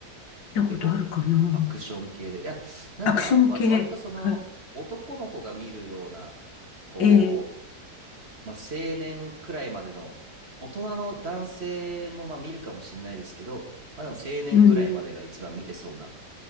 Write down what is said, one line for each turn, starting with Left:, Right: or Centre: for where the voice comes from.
Left: たことあるかな。
Right: 結構アクション系で。いや、なんかわ、
Left: アクション系。
Right: 割とその男の子が見るような、
Left: はい
Right: こ
Left: ええ
Right: う、まあ、青年くらいまでの大人の男性もまあ見るかもしれないですけど、まあでも青年ぐらいまでが一番見てそうな、
Left: うん、